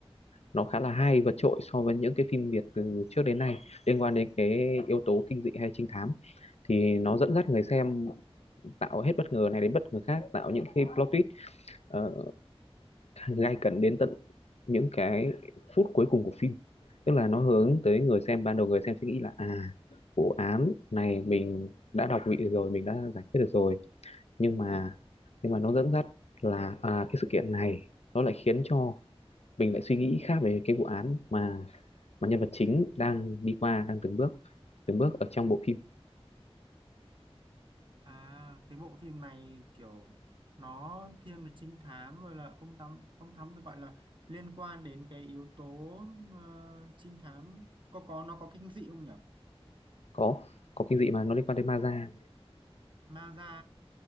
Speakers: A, on the left; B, on the right.
A: nó khá là hay vượt trội so với những cái phim Việt từ trước đến nay liên quan đến cái yếu tố kinh dị hay trinh thám thì nó dẫn dắt người xem tạo hết bất ngờ này đến bất ngờ khác tạo những cái plot twist ờ, gay cấn đến tận những cái phút cuối cùng của phim tức là nó hướng tới người xem ban đầu người xem sẽ nghĩ là à vụ án này mình đã đọc vị rồi mình đã giải quyết được rồi nhưng mà nhưng mà nó dẫn dắt là à, cái sự kiện này nó lại khiến cho mình lại suy nghĩ khác về cái vụ án mà mà nhân vật chính đang đi qua đang từng bước từng bước ở trong bộ phim
B: À, cái bộ phim này kiểu nó thiên về trinh thám rồi là ông thám ông thám được gọi là liên quan đến cái yếu tố ờ, trinh thám có có nó có kinh dị không nhỉ?
A: có có kinh dị mà nó liên quan tới ma da
B: Ma ra